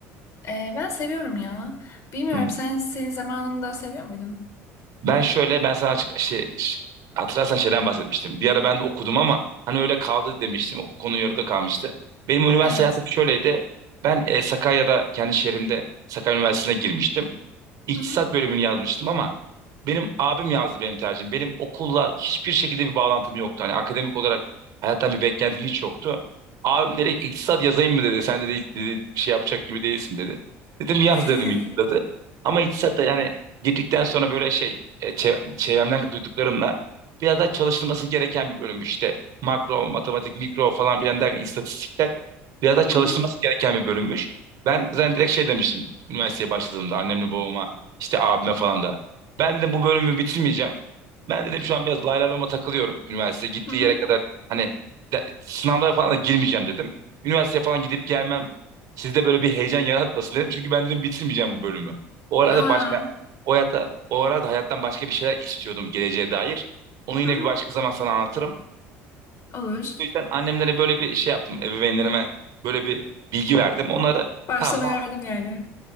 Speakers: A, on the left; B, on the right.
A: Ee, ben seviyorum ya. Bilmiyorum
B: Hı.
A: sen senin zamanında seviyor muydun?
B: Ben şöyle ben sana açık şey ş- hatırlarsan şeyden bahsetmiştim. Bir ara ben de okudum ama hani öyle kaldı demiştim. O konu yarıda kalmıştı. Benim üniversite
A: Evet.
B: hayatım şöyleydi. Ben e, Sakarya'da kendi şehrimde Sakarya Üniversitesi'ne girmiştim. iktisat
A: Hı hı.
B: bölümünü yazmıştım ama benim abim yazdı benim tercihim. Benim okulla hiçbir şekilde bir bağlantım yoktu. Hani akademik olarak hayattan bir beklentim hiç yoktu. Abim direkt iktisat yazayım mı dedi. Sen dedi, hiç dedi, bir şey yapacak gibi değilsin dedi. Dedim yaz
A: <laughs>
B: dedim iktisadı. Ama iktisat da yani girdikten sonra böyle şey e, çev- çevremden duyduklarımla biraz daha çalışılması gereken bir bölüm işte. Makro, matematik, mikro falan filan derken istatistikler biraz daha çalışılması
A: Hı hı.
B: gereken bir bölümmüş. Ben zaten direkt şey demiştim üniversiteye başladığımda annemle babama. İşte abime falan da. Ben dedim bu bölümü bitirmeyeceğim. Ben dedim şu an biraz lay lay loma takılıyorum. Üniversite gittiği
A: Hı hı.
B: yere kadar hani de- sınavlara falan da girmeyeceğim dedim. Üniversiteye falan gidip gelmem sizde böyle bir heyecan yaratmasın dedim. Çünkü ben dedim bitirmeyeceğim bu bölümü. O arada
A: Aa.
B: başka o hayata o arada hayattan başka bir şeyler istiyordum geleceğe dair. Onu yine
A: Hı hı.
B: bir başka zaman sana anlatırım.
A: Olur.
B: O yüzden annemlere böyle bir şey yaptım. Ebeveynlerime böyle bir bilgi verdim. Onlara
A: Baştan
B: tamam
A: uyardın yani.